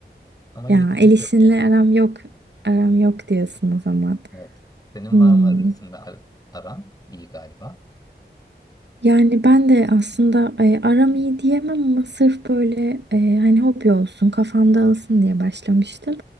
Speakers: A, on the left; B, on the right.
A: Ama
B: Ya
A: yeteneğim
B: el işinle
A: yok yani.
B: aram yok, aram yok diyorsun o zaman.
A: Evet. Senin
B: Hmm.
A: var mı resimle ar- aran? İyi galiba.
B: Yani ben de aslında e, aram iyi diyemem ama sırf böyle e, hani hobi olsun, kafam dağılsın diye başlamıştım.